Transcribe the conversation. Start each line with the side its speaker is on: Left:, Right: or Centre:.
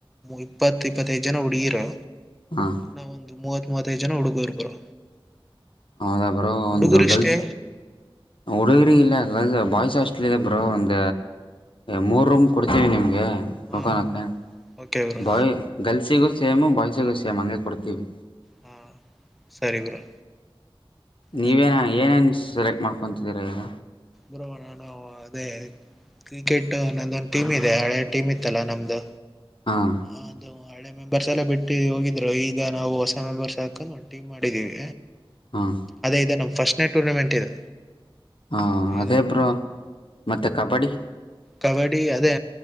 Centre: ಇಪ್ಪತ್ ಇಪ್ಪತ್ತೈದ್ ಜನ ಹುಡ್ಗಿರು
Left: ಹಾಂ
Centre: ನಾವೊಂದು ಮೂವತ್ ಮೂವತ್ತೈದ ಜನ ಹುಡುಗರು ಬ್ರೋ
Left: ಹೌದಾ ಬ್ರೋ
Centre: ಹುಡುಗರಿಷ್ಟೇ
Left: ಒಂದು ಗರ್ಲ್ಸ್ ಹುಡುಗರಿಗಿಲ್ಲ <unintelligible> ಬಾಯ್ಸ್ <unintelligible> ಬ್ರೋ ಒಂದ ಮೂರ್ ರೂಮ್ ಕೊಡ್ತೀವಿ ನಿಮ್ಗೆ <unintelligible>
Centre: ಹಾ ಓಕೆ ಬ್ರೋ
Left: ಬಾಯ್ ಗರ್ಲ್ಸಿಗೂ ಸೇಮ್ ಬಾಯ್ಸಿಗೂ ಸೇಮ್ ಸೇಮ್ ಹಂಗೆ ಕೊಡ್ತೀವಿ
Centre: ಹಾ ಸರಿ ಬ್ರೋ
Left: ನೀವೇನ
Centre: ಮತ್
Left: ಏನೇನು ಸೆಲೆಕ್ಟ್ ಮಾಡ್ಕೊತಿದ್ದೀರಾ ಈಗ
Centre: ಬ್ರೋ ನಾನು ಅದೇ ಕ್ರಿಕೆಟ್ ನನ್ನದೊಂದು ಟೀಮ್ ಇದೆ ಹಳೆ ಟೀಮ್ ಇತ್ತಲ್ಲಾ ನಮ್ದು
Left: ಹಾಂ
Centre: ಅದು ಹಳೆ ಮೆಂಬರ್ಸ್ ಎಲ್ಲ ಬಿಟ್ಟೀ ಹೋಗಿದ್ರು ಈಗ ನಾವು ಹೊಸ ಮೆಂಬರ್ಸ್ ಹಾಕೊಂಡು ಒಂದು ಟೀಮ್ ಮಾಡಿದ್ದೀವಿ
Left: ಹಾಂ
Centre: ಅದೇ ಇದು ನಮ್ ಫಸ್ಟನೆ ಟೂರ್ನಮೆಂಟ್ ಇದು
Left: ಹಾ
Centre: ಇದೊಂದು
Left: ಅದೇ ಬ್ರೋ ಮತ್ತೆ ಕಬಡ್ಡಿ.
Centre: ಕಬಡ್ಡಿ ಅದೇ